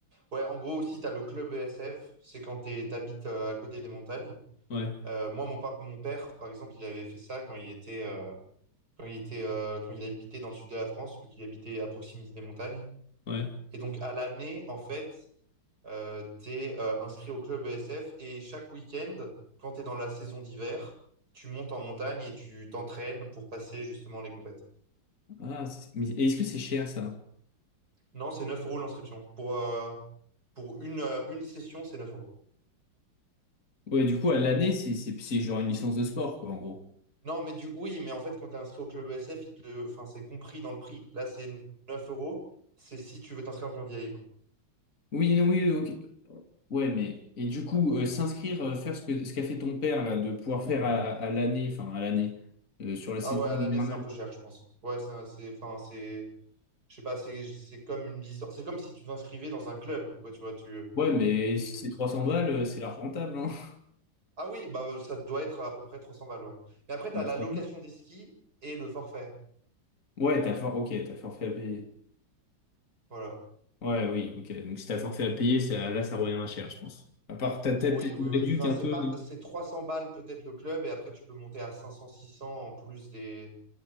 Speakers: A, on the right; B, on the left.
A: Ouais, en gros aussi, tu as le club ESF, c'est quand tu t'habites euh, à côté des montagnes.
B: Ouais,
A: Euh, moi, mon, pa- mon père, par exemple, il avait fait ça quand il était, euh, quand il était, euh, quand il habitait dans le sud de la France, vu qu'il habitait à proximité des montagnes.
B: ouais.
A: Et donc, à l'année, en fait, euh, tu es inscrit au club ESF et chaque week-end, quand tu es dans la saison d'hiver, tu montes en montagne et tu t'entraînes pour passer justement les compètes.
B: Ah, c'est- mais est-ce que c'est cher ça?
A: Non, c'est 9 euros l'inscription. Pour, euh, pour une, euh, une session, c'est neuf euros.
B: Ouais, du coup, à l'année, c'est c'est- c'est genre une licence de sport, quoi, en gros.
A: Non, mais du... oui, mais en fait, quand tu es inscrit au club ESF, il te le... enfin, c'est compris dans le prix. Là, c'est 9 euros. C'est si tu veux t'inscrire en candidat libre.
B: Oui, non, oui, ok. Ouais, mais et du coup, euh, s'inscrire, euh, faire ce que ce qu'a fait ton père là, de pouvoir faire à, à l'année, enfin à l'année, euh, sur la
A: Ah
B: saison
A: ouais, à
B: hivernale.
A: l'année, c'est un peu cher, je pense. Ouais, c'est, un- c'est, enfin, c'est, je sais pas, c'est, c'est comme une licence. C'est comme si tu t'inscrivais dans un club, quoi, tu vois. Tu,
B: Ouais, mais
A: tu,
B: si c'est 300 balles, euh, c'est large rentable, hein. <laughs>
A: Ah oui, bah, euh, ça doit être à peu près 300 balles, ouais. Mais après, tu
B: Bah,
A: as la location
B: ça va.
A: des skis et le forfait.
B: Ouais, t'as le for... ok, t'as le forfait à payer.
A: Voilà.
B: Ouais, oui, ok. Donc si t'as le forfait à payer, ça, là, ça revient à cher, je pense. À part, t'as t'as
A: Oui,
B: peut-être
A: oui,
B: une
A: oui.
B: réduc
A: Enfin,
B: un
A: c'est
B: peu,
A: pas,
B: non?
A: c'est 300 balles peut-être le club et après, tu peux monter à 500, 600 en plus des,